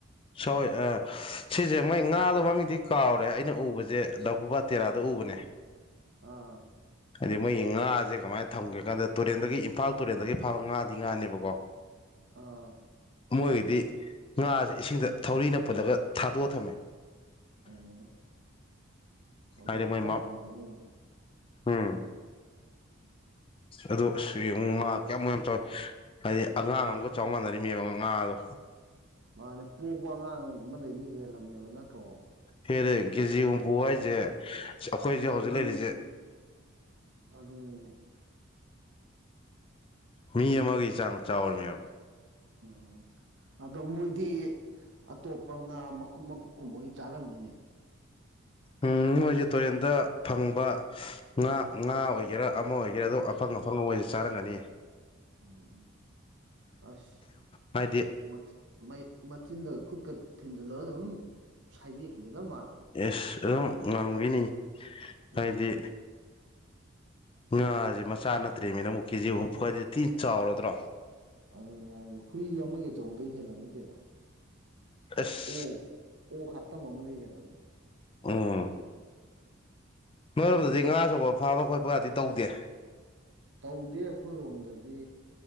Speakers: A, on the left; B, on the right.
A: ꯁꯣꯏ ꯑ ꯁꯤꯁꯦ ꯃꯣꯏ ꯉꯥꯗꯣ ꯃꯃꯤꯡꯗꯤ ꯀꯥꯎꯔꯦ ꯑꯩꯅ ꯎꯕꯁꯦ ꯐꯨꯕꯥꯇꯦꯔꯥꯗ ꯎ ꯎꯕꯅꯦ
B: ꯑꯥ
A: ꯍꯥꯏꯗꯤ ꯃꯣꯏꯒꯤ ꯉꯥꯁꯦ ꯀꯃꯥꯏꯅ ꯊꯝꯒꯦ ꯀꯥꯟꯗ ꯇꯨꯔꯦꯟꯗꯒꯤ ꯏꯝꯐꯥꯜ ꯇꯨꯔꯦꯟꯗꯒꯤ ꯐꯥꯕ ꯉꯥꯗꯤ ꯉꯥꯅꯦꯕꯀꯣ
B: ꯑꯥ
A: ꯃꯣꯏꯒꯤꯗꯤ ꯉꯥꯁꯦ ꯏꯁꯤꯡꯗ ꯊꯧꯔꯤꯅ ꯄꯨꯜꯂꯒ ꯊꯥꯗꯣꯛꯑ ꯊꯝꯃꯦ
B: ꯎꯝ ꯊꯧꯔꯤꯅ
A: ꯑꯗꯤ ꯃꯣꯏ
B: ꯀꯟꯅ ꯊꯨꯝꯂꯝꯅꯤꯅꯦ
A: ꯎꯝ ꯑꯗꯣ ꯁꯤ ꯉꯥ ꯀꯌꯥꯃꯨꯛ ꯌꯥꯝ ꯆꯥꯎꯋꯤ ꯍꯥꯏꯗꯤ ꯑꯉꯥꯡ ꯑꯃꯒꯥ ꯆꯥꯎ ꯃꯥꯟꯅꯔꯤꯅꯦꯕ ꯉꯥ ꯗꯣ
B: ꯃꯥꯅꯦ ꯄꯣꯛꯄ ꯑꯉꯥꯡ ꯑꯃꯗꯩꯗꯤ ꯍꯦꯜꯂꯝꯃꯦꯕ ꯅꯠꯇ꯭ꯔꯣ
A: ꯍꯦꯜꯂꯦ ꯀꯖꯤ ꯍꯨꯝꯐꯨ ꯍꯥꯏꯖꯦ ꯑꯩꯈꯣꯏꯁꯦ
B: ꯆꯍꯤ
A: ꯍꯧꯖꯤꯛ ꯂꯩꯔꯤꯁꯦ
B: ꯑꯗꯨꯅꯤꯅꯦ
A: ꯃꯤ ꯑꯃꯒꯤ ꯆꯥꯡ ꯆꯥꯎꯔꯤꯅꯦꯕꯥ
B: ꯎꯝ ꯑꯗꯣ ꯃꯣꯏꯗꯤ ꯑꯇꯣꯞꯄ ꯉꯥ ꯃꯀꯨꯞ ꯃꯀꯨꯞ ꯀꯨꯝꯕ ꯑꯣꯏꯅ ꯆꯥꯔꯝꯅꯤꯅꯦ
A: ꯎꯝ ꯃꯣꯏꯁꯦ ꯇꯨꯔꯦꯟꯗ ꯐꯪꯕ ꯉꯥ ꯉꯥ ꯑꯣꯏꯒꯦꯔꯥ ꯑꯃ ꯑꯣꯏꯒꯦꯔꯥ ꯑꯗꯣ ꯑꯐꯪ ꯑꯐꯪ ꯃꯣꯏꯁꯦ ꯆꯥꯏ ꯆꯥꯔꯝꯒꯅꯤ
B: ꯎꯝ ꯑꯁ
A: ꯍꯥꯏꯗꯤ
B: ꯃꯊꯤ ꯃꯆꯤꯟꯗꯒ ꯈꯨꯠꯀ ꯊꯤꯟꯖꯤꯜꯂꯒ ꯑꯗꯨꯝ ꯁꯥꯏꯗꯦꯛꯈꯤꯒꯗꯕ ꯃꯥꯜꯂꯦ
A: ꯑꯦꯁ ꯑꯗꯨꯝ ꯉꯝꯈꯤꯅꯤ
B: ꯎꯝ
A: ꯍꯥꯏꯗꯤ ꯉꯥꯁꯦ ꯃꯆꯥ ꯅꯠꯇ꯭ꯔꯦꯃꯤ ꯅꯪꯕꯨ ꯀꯦꯖꯤ ꯍꯨꯝꯐꯨ ꯍꯥꯏꯖꯦ ꯊꯤ ꯆꯥꯎꯔꯗ꯭ꯔꯣ
B: ꯑꯗꯨꯅꯦ ꯍꯥꯏꯖꯦ ꯍꯨꯏ ꯑꯃꯒꯤ ꯑꯆꯧꯕꯗꯤ ꯍꯦꯜꯂꯝꯅꯤ ꯀꯩꯅꯣ
A: ꯑꯁ
B: ꯑꯣꯛ ꯑꯣꯛ ꯍꯥꯇꯝ ꯑꯃꯗꯤꯒꯤ ꯍꯦꯜꯂꯕꯅꯦ
A: ꯎꯝ ꯅꯣꯏꯔꯣꯝꯗꯗꯤ ꯉꯥ ꯑꯆꯧꯕꯥ ꯐꯥꯕ ꯈꯣꯠꯄꯒꯗꯤ ꯇꯧꯗꯦ
B: ꯇꯧꯗꯦ ꯑꯩꯈꯣꯏꯔꯣꯝꯗꯗꯤ